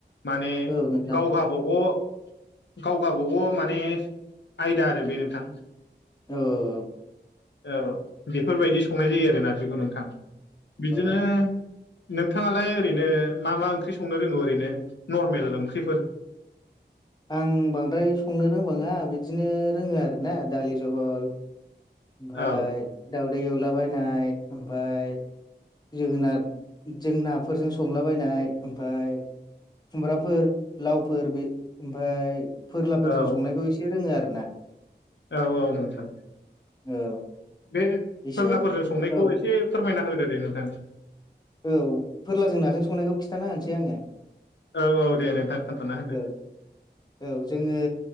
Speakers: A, on the left; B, on the left.
A: माने
B: औ नोंथां
A: गाव गबागाव गाव गाबागाव माने आयदा आरो बे नोंथां।
B: औ। औ
A: औ बेफोरबायदि संनाय जायो आरो नारजिखौ नोंथां। बिदिनो
B: औ
A: नोंथाङालाय ओरैनो मा मा ओंख्रि संनो रोंगौ ओरैनो? नर्मेल ओंख्रिफोर।
B: आं बांद्राय संनो रोंबाङा बिदिनो रोङो आरो ना दालि जहल। ओमफाय
A: औ
B: दाउदै एवलाबायनाय ओमफाय जोगोनारजों नाफोरजों संलाबायनाय ओमफाय खुमब्राफोर लावफोर बे ओमफफ्राय फोरलाफोरजों
A: औ
B: संनायखौ एसे रोङो आरो ना।
A: औ औ नोंथां।
B: औ।
A: बे
B: एसे
A: फोरलाफोरजों संनायखौ
B: औ
A: एसे फोरमायना होदो दे नोंथां।
B: औ फोरलाजों नाजों संनायखौ खिथाना होनोसै आङो।
A: औ औ दे नोंथां खोन्थाना होदो।
B: औ औ जोङो